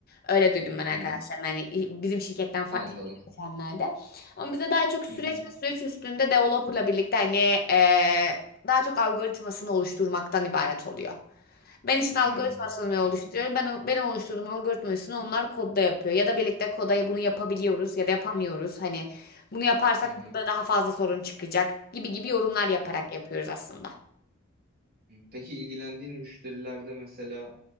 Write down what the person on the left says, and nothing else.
Öyle duydum ben arkadaşlarım.
Hani bizim şirketten farklı
geçenlerde. Ama bize daha çok süreç
ve süreç üstünde developerla birlikte hani e, daha çok algoritmasını oluşturmaktan ibaret oluyor. Ben işin algoritmasını
oluşturuyorum. Ben o- benim oluşturduğum algoritmasını onlar kodda yapıyor. Ya da birlikte koda bunu yapabiliyoruz ya
da yapamıyoruz.
Hani bunu yaparsak
burada daha fazla sorun çıkacak gibi gibi yorumlar yaparak
yapıyoruz aslında.